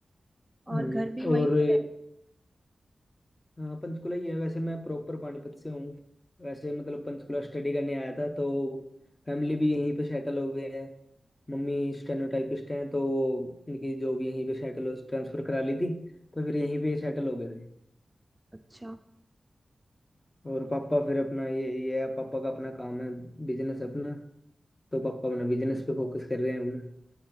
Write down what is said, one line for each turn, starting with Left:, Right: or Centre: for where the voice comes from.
Left: हाँ
Right: और घर
Left: जी
Right: भी वहीं
Left: और अ,
Right: पर है
Left: हाँ पंचकुला ही है वैसे मैं प्रॉपर पानीपत से हूँ वैसे मतलब पंचकुला स्टडी करने आया था तो फैमिली भी यहीं पे सेटल हो गए हैं मम्मी स्टेनोटाइपिस्ट हैं तो वो उनकी जॉब यहीं पे सेटल हो ट्रांसफर करा ली थी तो फिर यहीं पे सेटल हो गए थे
Right: अच्छा
Left: और पापा फिर अपना ये ये है, पापा का अपना काम है बिजनेस अपना तो पापा अपना बिजनेस पे फोकस कर रहे हैं अपना।